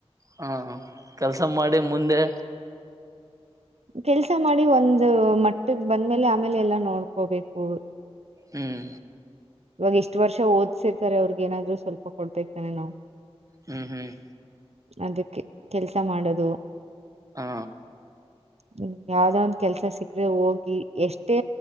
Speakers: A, on the right; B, on the right.
A: ಹಾ ಕೆಲ್ಸ ಮಾಡಿ ಮುಂದೆ.
B: ಕೆಲ್ಸ ಮಾಡಿ ಒಂದ ಮಟ್ಟಗ್ ಬಂದ್ಮೇಲೆ ಆಮೇಲೆ ಎಲ್ಲಾ ನೋಡ್ಕೋಬೇಕು.
A: ಹ್ಮ್.
B: ಇವಾಗ ಇಷ್ಟ ವರ್ಷ ಓದ್ಸಿರ್ತಾರೆ ಅವ್ರಗ ಏನಾದ್ರು ಸ್ವಲ್ಪ ಕೊಡ್ಬೇಕೇಕ್ತಾನೆ ನಾವ್.
A: ಹ್ಮ್ ಹ್ಮ್.
B: ಅದಕ್ಕೆ ಕೆಲ್ಸ ಮಾಡೋದು.
A: ಹಾ.
B: ಹ್ಮ್ ಯಾವ್ದ ಒಂದ್ ಕೆಲ್ಸ ಸಿಕ್ಕ್ರೆ ಹೋಗಿ ಎಷ್ಟೇ